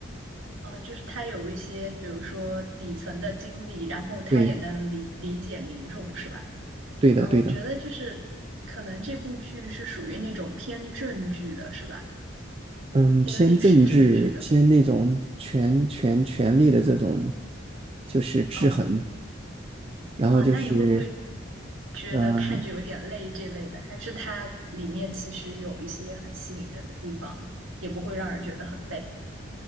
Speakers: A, on the right; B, on the right.
A: 嗯、呃就是他有一些，比如说底层的经历，然后他也能理理解民众，
B: 对，
A: 是吧？
B: 对的，
A: 嗯、
B: 对的。
A: 我觉得就是可能这部剧是属于那种偏正剧的，是吧？
B: 嗯，
A: 偏历史正剧的。
B: 偏政治，偏那种权权权力的这种，就是制衡。
A: 嗯
B: 然后就是，
A: 啊、那你会不会觉得看着有点累这类的？
B: 嗯、
A: 还是它里面其实有一些很吸引人的地方，也不会让人觉得很累？